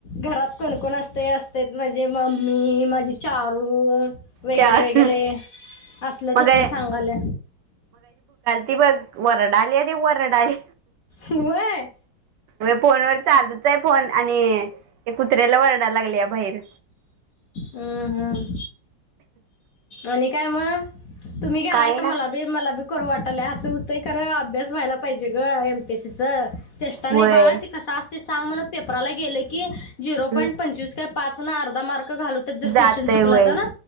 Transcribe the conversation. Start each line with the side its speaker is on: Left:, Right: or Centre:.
Left: घरात कोणकण असतय असते माझी मम्मी माझी चारू वगैरे
Right: चार
Left: वगैरे असल
Right: मग
Left: तसल सांगाल्या
Right: ती बघ वरडाली आहे ती वरड आली
Left: वय
Right: फोन वर चालू य फोन आणि एक कुत्र्याला वरडा लागले या बाहेर
Left: हम्म हम्म आणि काय मग तुम्ही घेालायच
Right: काय ना
Left: मला बी मला बी खर वाटालाय असं होतंय खरं अभ्यास व्हायला पाहिजे ग एमपीएससी चं चेष्टा
Right: वय
Left: नाही बाळा त कसा असते सांग म्हण पेपराला गेले की झिरो
Right: हं,
Left: पॉईंट पंचवीस काय पाच ना अर्धा मार्क घालूत जर
Right: जातोय
Left: क्वेश्चन चुकला
Right: वय
Left: तर ना